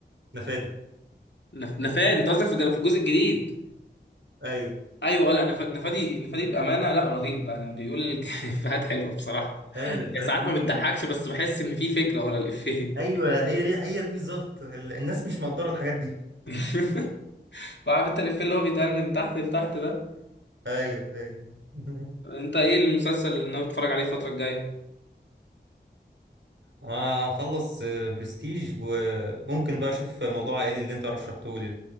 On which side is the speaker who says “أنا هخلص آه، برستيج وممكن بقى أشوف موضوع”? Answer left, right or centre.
Right